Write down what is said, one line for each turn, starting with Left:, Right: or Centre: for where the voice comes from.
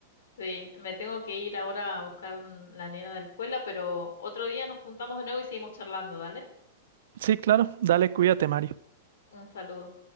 Left: sí, me tengo que ir ahora a buscar mm, la nena de la escuela, pero otro día nos juntamos de nuevo y seguimos charlando, ¿dale?
Right: Sí, claro, dale, cuídate, Mari.
Left: Un saludo.